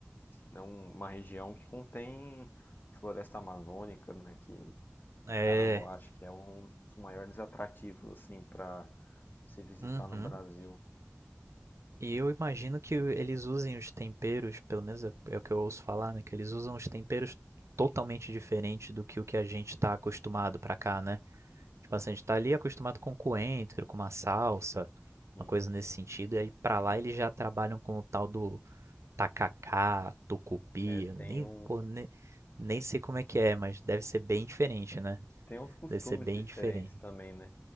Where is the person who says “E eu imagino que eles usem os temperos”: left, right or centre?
Right